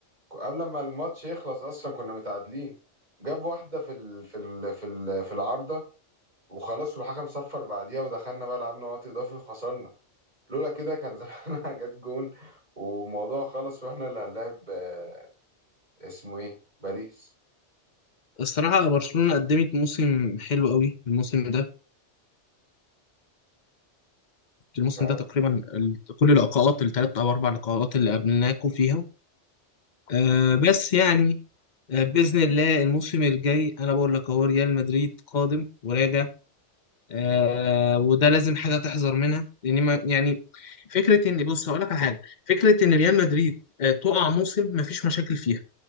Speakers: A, on the right; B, on the left.
A: قبل ما الماتش يخلص اصلا كنا متعادلين جاب واحده في ال... في ال... في ال... في العارضه وخلاص والحكم صفر بعديها ودخلنا بقى لعبنا وقت اضافي وخسرنا لولا كده كان زمانها <laughs> جت جون والموضوع خلص واحنا اللي هنلاعب آه، اسمه ايه باريس
B: الصراحة برشلونة قدمت موسم حلو قوي الموسم ده الموسم
A: مش عارف
B: ده تقريبا ال- كل اللقاءات الثلاث أو أربع لقاءات اللي قابلناكوا فيها آه بس يعني آه بإذن الله الموسم الجاي أنا بقول لك هو ريال مدريد قادم وراجع آه وده لازم حاجه تحذر منها لان ما يعني فكره ان بص هقول لك على حاجه فكره ان ريال مدريد آه تقع موسم ما فيش مشاكل فيها